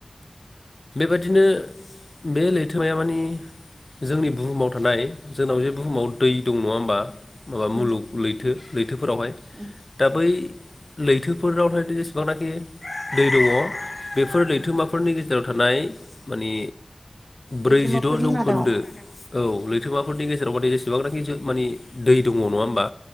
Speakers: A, on the left (about 45°); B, on the right (about 40°).
A: बेबादिनो
B: उम
A: बे लैथोमाया मानि जोंनि बुहुमाव थानाय जोंनाव जे बुहुमाव दै दं नङा होमबा माबा
B: उम
A: मुलुग लैथो थोफोरावहाय
B: उम
A: दा बै
B: उम
A: लैथोफोरावहाय दिस बांनाखि दै दङ बेफोर लैथोमाफोरनि
B: उम
A: गे जेराव थानाय मानि
B: लैथोमाफोरनि
A: ब्रैजिद' जौखोन्दो
B: मादाव
A: औ लैथोमा फोरनि गेजेराव मानि जेसेबां नाखि जो माने दै दङ नङा होमबा